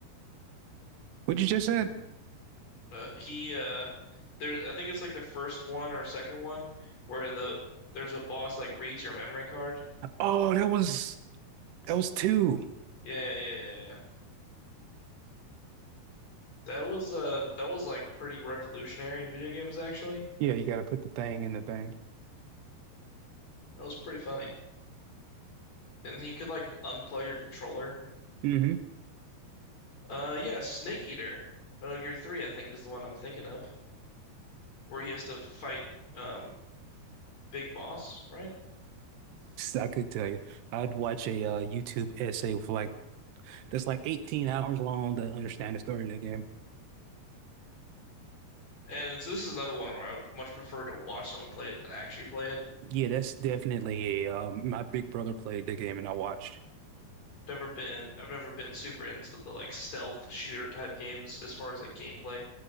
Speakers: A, on the right; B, on the left.
A: What you just said?
B: Uh, he uh, there's I think it's like the first one or second one where the there's a boss like reads your memory card.
A: Oh, that was that was two.
B: Yeah, yeah, yeah, yeah. yeah. That was uh that was like pretty revolutionary in video games actually.
A: Yeah, you gotta put the thing in the thing.
B: That was pretty funny. And he could like unplug your controller.
A: hmm
B: Uh yeah, Snake Eater. Metal Gear 3 I think is the one I'm thinking of where he has to fight um Big Boss, right?
A: I could tell you. I'd watch a uh, YouTube essay for like that's like 18 hours long to understand the story of the game.
B: And so this is another one where I would much prefer to watch someone play it than actually play it.
A: Yeah, that's definitely a um my big brother played the game and I watched.
B: Never been I've never been super into the like stealth shooter type games as far as like gameplay,